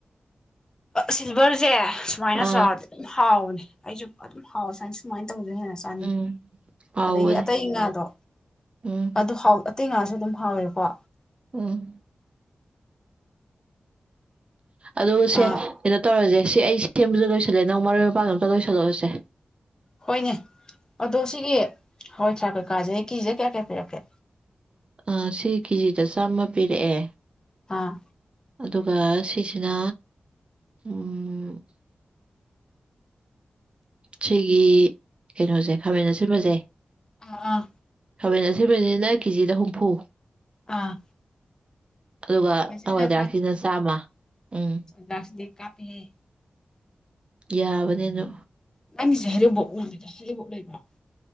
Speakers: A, on the left (about 20°); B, on the right (about 35°).
A: ꯁꯤꯜꯚꯔꯁꯦ ꯁꯨꯃꯥꯏꯅ
B: ꯑꯥ
A: ꯆꯥꯗꯤ ꯑꯗꯨꯝ ꯍꯥꯎꯕꯅꯦ ꯑꯩꯁꯨ ꯑꯗꯨꯝ ꯍꯥꯎ ꯁꯃꯥꯏ ꯁꯨꯃꯥꯏꯅ ꯇꯧꯖꯩꯦꯟꯅꯁꯦ
B: ꯎꯝ ꯍꯥꯎꯕꯅꯦ
A: ꯑꯗꯒꯤ ꯑꯇꯩ ꯉꯥꯗꯣ
B: ꯎꯝ
A: ꯑꯗꯨ ꯍꯥꯎ ꯑꯇꯩ ꯉꯥꯁꯨ ꯑꯗꯨꯝ ꯍꯥꯎꯋꯦꯀꯣ
B: ꯎꯝ ꯑꯗꯨ ꯁꯦ
A: ꯑꯥ
B: ꯀꯩꯅꯣ ꯇꯧꯔꯁꯦ ꯁꯤ ꯑꯩ ꯀꯦꯝꯕꯁꯨ ꯂꯣꯏꯁꯤꯜꯂꯑꯦ ꯅꯪ ꯃꯔꯣꯏ ꯃꯄꯥꯡꯒ ꯑꯝꯇ ꯂꯣꯏꯁꯤꯜꯂꯛꯑꯣꯁꯦ
A: ꯍꯣꯏꯅꯦ ꯑꯗꯣ ꯁꯤꯒꯤ ꯍꯋꯥꯏ ꯊ꯭ꯔꯥꯞ ꯀꯩꯀꯥꯁꯦ ꯀꯦꯆꯤꯗ ꯀꯌꯥ ꯀꯌꯥ ꯄꯤꯔꯛꯀꯦ
B: ꯑ ꯁꯤ ꯀꯦꯖꯤꯗ ꯆꯥꯝꯃ ꯄꯤꯔꯛꯑꯦ
A: ꯑꯥ
B: ꯑꯗꯨꯒ ꯁꯤꯁꯤꯅ ꯎꯃ ꯁꯤꯒꯤ ꯀꯩꯅꯣꯁꯦ ꯈꯥꯃꯦꯟ ꯑꯥꯁꯤꯟꯕꯁꯦ
A: ꯑꯥ
B: ꯈꯥꯃꯦꯟ ꯑꯁꯤꯟꯕꯁꯤꯅꯥ ꯀꯦꯖꯤꯗ ꯍꯨꯝꯐꯨ
A: ꯑꯥ
B: ꯑꯗꯨꯒ
A: ꯑꯥ ꯈꯥꯃꯦꯟꯁꯤꯟꯕꯤꯅ
B: ꯍꯋꯥꯏꯗꯥꯛꯁꯤꯅ ꯆꯥꯝꯃ ꯎꯝ
A: ꯗꯁꯗꯤ ꯀꯥꯄꯤꯍꯦ
B: ꯌꯥꯕꯅꯦ ꯑꯗꯨ
A: ꯅꯪꯒꯤꯁꯦ ꯍꯩꯔꯤꯕꯣꯛ ꯎꯕꯤꯗ ꯍꯩꯔꯤꯕꯣꯛ ꯂꯩꯕ꯭ꯔꯣ